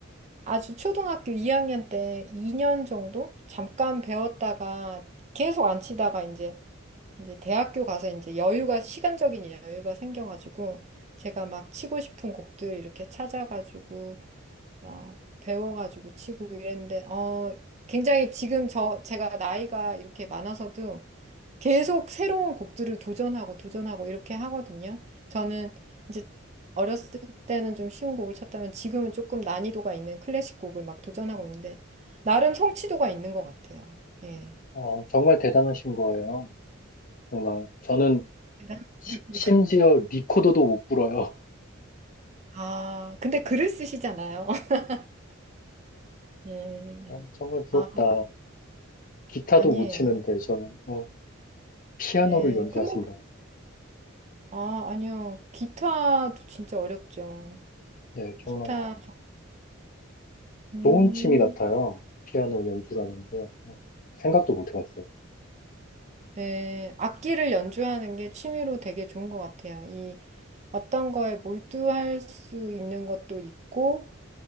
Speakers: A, on the right; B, on the left.
A: 아주 초등학교 2학년 때 2년 정도 잠깐 배웠다가 계속 안 치다가 이제 이제 대학교 가서 이제 여유가 시간적인 여유가 생겨가지고 제가 막 치고 싶은 곡들 이렇게 찾아가지고 막 배워가지고 치고 이랬는데 어 굉장히 지금 저 제가 나이가 이렇게 많아서도 계속 새로운 곡들을 도전하고 도전하고 이렇게 하거든요. 저는 이제 어렸을 때는 좀 쉬운 곡을 쳤다면 지금은 조금 난이도가 있는 클래식 곡을 막 도전하고 있는데 나름 성취도가 있는 것 같아요. 예.
B: 어, 정말 대단하신 거예요. 정말. 저는
A: <laughs> 대단하시고.
B: 시- 심지어 리코더도 못 불어요.
A: 아, 근데 글을 쓰시잖아요. <laughs> 예.
B: 어, 정말 부럽다.
A: 아,
B: 기타도
A: 아니에요.
B: 못 치는데 전 어, 피아노를
A: 네.
B: 연주하신다.
A: 근데 아, 아니요. 기타도 진짜 어렵죠.
B: 네, 정말
A: 기타 음,
B: 좋은 취미 같아요. 피아노 연주라는 게 어, 생각도 못 해봤어요.
A: 네. 악기를 연주하는 게 취미로 되게 좋은 것 같아요. 이 어떤 거에 몰두할 수 있는 것도 있고,